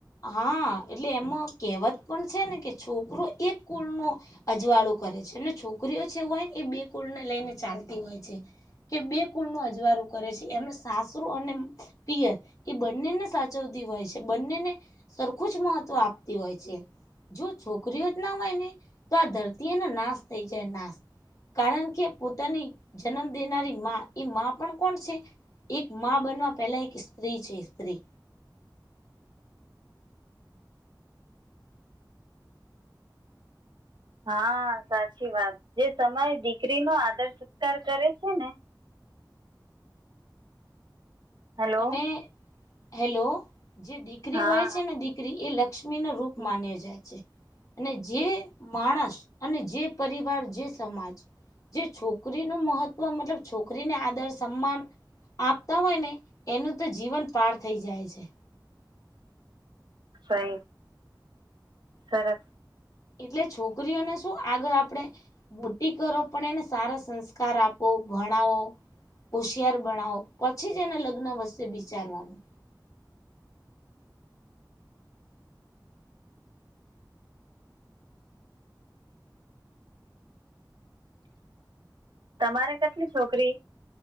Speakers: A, on the left; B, on the right.
A: હા એટલે એમાં કહેવત પણ છે, ને કે છોકરો એક કુલનો અજવાળું કરે છે, અને છોકરીઓ છે, હોય ને એ બે કુળને લઈને ચાલતી હોય છે. કે બે કુલ ન અજવારું કરે છે, એમને સાસુ અને પિયર એ બંનેને સાચવતી હોય છે, બંનેને સરખું જ મહત્વ આપતી હોય છે. જો છોકરીઓ જ ના હોય ને તો, આ ધરતી એને નાશ થઈ જાય નાશ કારણ કે પોતાની જન્મ દેનારી માં એ માં પણ કોણ છે? એક માં બનવા પહેલા એક સ્ત્રી છે, સ્ત્રી
B: હા સાચી વાત જે સમય દીકરી નો આદર સત્કાર કરે છે, ને હેલો
A: અને હેલો જે દીકરી
B: હા
A: હોય છે, ને દીકરી એ લક્ષ્મી નો રૂપ
B: આવે
A: માન્યો જાય છે. અને જે માણસ અને જે પરિવાર જે સમાજ જે છોકરી ન મહત્વ મતલબ છોકરીને આદર સન્માન આપતા હોય ને એનું તો જીવન પાર થઈ જાય છે.
B: સા સરારસ
A: એટલે છોકરીઓને શું આગળ આપણેે મોટી કરો પણ એને સારા સંસ્કાર આપો ભણાવો હોશિયાર બનાાવો પછી જ એના લગ્ન વશે વિચારવાનું.
B: તમારે કેટલી છોકરી